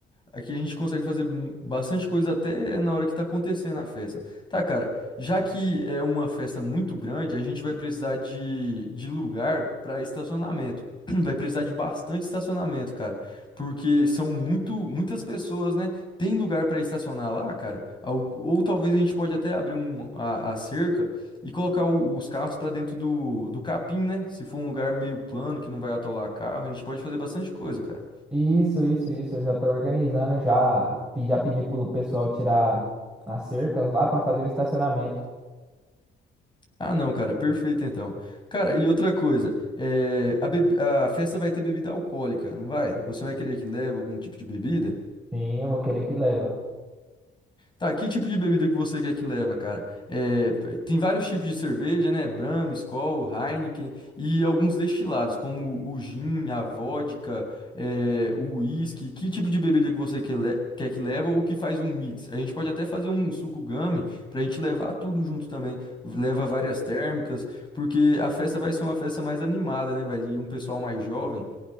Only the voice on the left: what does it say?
Aqui a gente consegue fazer bastante coisa até na hora que tá acontecendo a festa. Tá, cara, já que é uma festa muito grande, a gente vai precisar de, de lugar para estacionamento. <clears throat> Vai precisar de bastante estacionamento, cara, porque são muito, muitas pessoas, né? Tem lugar para estacionar lá, cara? Ou, ou talvez a gente pode até abrir um, a, a cerca e colocar o- os carros para dentro do, do capim, né? Se for um lugar meio plano que não vai atolar carro, a gente pode fazer bastante coisa, cara.
Ah, não, cara, perfeito então. Cara, e outra coisa, é, a, beb- a festa vai ter bebida alcoólica, não vai? Você vai querer que leve algum tipo de bebida?
Tá, que tipo de bebida que você quer que leva, cara? É, p- tem vários tipos de cerveja, né? Brahma, Skol, Heineken e alguns destilados, como o gin, a vodka, é, o whisky. Que tipo de bebida que você que le- quer que leva ou que faz um mix? A gente pode até fazer um suco gummy pra gente levar tudo junto também. Leva várias térmicas, porque a festa vai ser uma festa mais animada, né? Vai ir um pessoal mais jovem.